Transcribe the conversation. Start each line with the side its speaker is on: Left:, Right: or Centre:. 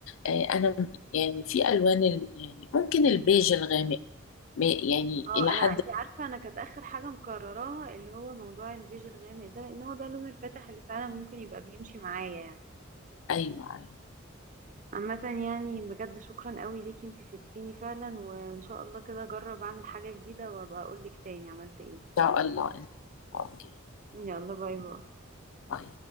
Left: آه، انا يعني في الوان ال- يعني ممكن البيج الغامق ما- يعني
Right: اه
Left: الى
Right: انا
Left: حد
Right: انت عارفه انا كانت اخر حاجه مقرراها اللي هو موضوع البيج الغامق ده لان هو ده اللون الفاتح اللي فعلا ممكن يبقى بيمشي معايا يعني
Left: ايوه ان
Right: عامه يعني بجد شكرا قوي ليكي انت فدتيني فعلا وان شاء الله كده اجرب اعمل حاجه جديده وابقى اقول لك تاني عملت ايه
Left: شاء الله اوكي
Right: يلا باي باي
Left: باي.